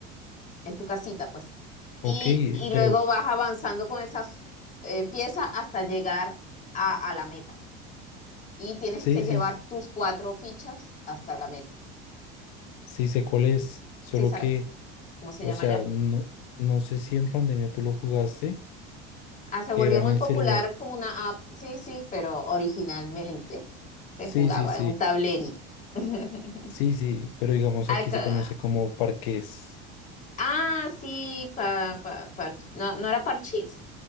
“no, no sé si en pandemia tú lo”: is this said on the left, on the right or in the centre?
Left